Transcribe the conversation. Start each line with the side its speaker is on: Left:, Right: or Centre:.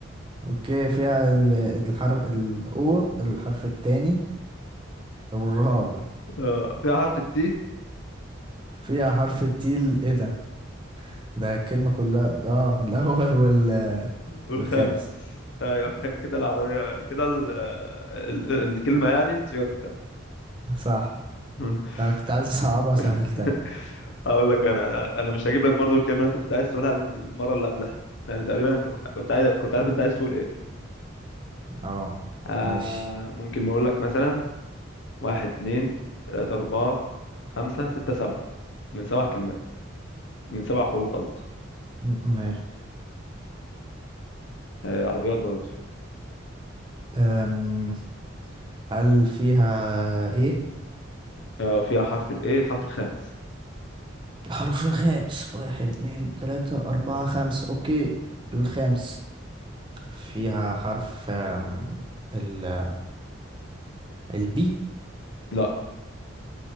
Right: اوكي فيها ال- الحرف الاو الحرف التاني والرابع
Left: آه فيها حرف التي
Right: فيها حرف التيل ايه ده ده الكلمة كلها اه الاول وال...
Left: <laughs> والخامس
Right: والخامس
Left: ايوه كده العربيه كده ال... ال... الكلمه يعني تويوتا
Right: صح
Left: <laughs>
Right: انا كنت عايز اصعبها
Left: <laughs>
Right: سهلتها
Left: اقول لك انا انا مش هجيب لك برضو الكلمه اللي انت كنت عايز تقولها المره اللي قبلها يعني تقريبا انت كنت كنت عايز كنت عارف انت عايز تقول ايه
Right: اه
Left: آه
Right: ماشي
Left: ممكن نقول لك مثلا واحد اتنين تلاته اربعه خمسه سته سبعه من سبع كلمات من سبع حروف قصدي
Right: م- ماشي
Left: آه عربيات برضو
Right: أم... هل فيها ايه
Left: آه فيها حرف الايه الحرف الخامس
Right: الحرف الخامس واحد اتنين تلاتة اربعة خمسة اوكي الخامس فيها حرف أم، ال البي
Left: لا